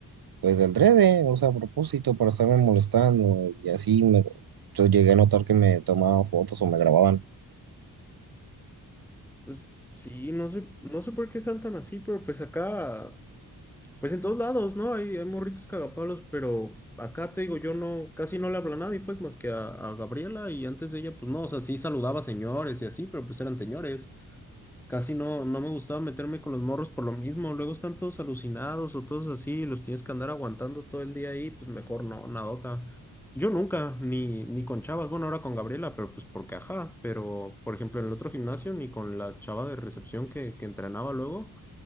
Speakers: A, on the right; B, in the centre.
A: pues de adrede, o sea, a propósito, para estarme molestando y así me, yo llegué a notar que me tomaban fotos o me grababan.
B: pues sí, no sé, no sé por qué sean tan así, pero pues acá. Pues en todos lados, ¿no? Hay, hay morritos cagapalos, pero acá te digo, yo no, casi no le hablo a nadie, pues más que a, a Gabriela y antes de ella, pues no, o sea, sí saludaba a señores y así, pero pues eran señores. Casi no, no me gustaba meterme con los morros por lo mismo. Luego están todos alucinados o todos así, los tienes que andar aguantando todo el día ahí, pues mejor no, nadota. Yo nunca, ni, ni con chavas, bueno, ahora con Gabriela, pero pues porque ajá, pero por ejemplo en el otro gimnasio, ni con la chava de recepción que, que entrenaba luego,